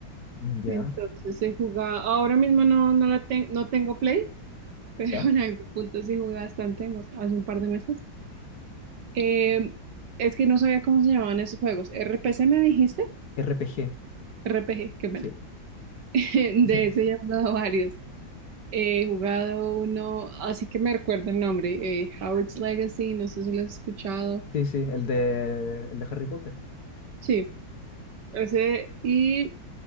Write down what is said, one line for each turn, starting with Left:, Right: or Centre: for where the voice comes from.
Left: Ya,
Right: Entonces he jugado, ahora mismo no, no, la ten- no tengo Play, <laughs> pero
Left: ya.
Right: en algún punto sí jugué bastante, más- hace un par de meses. Eh, es que no sabía cómo se llamaban esos juegos. ¿RPC me dijiste?
Left: RPG,
Right: RPG, qué pena.
Left: sí.
Right: <laughs> De
Left: <laughs>
Right: ese ya he jugado varios. He jugado uno, así que me recuerdo el nombre, eh, Howard's Legacy, no sé si lo has escuchado.
Left: Sí, sí, el de, el de Harry Potter.
Right: Sí, ese. Y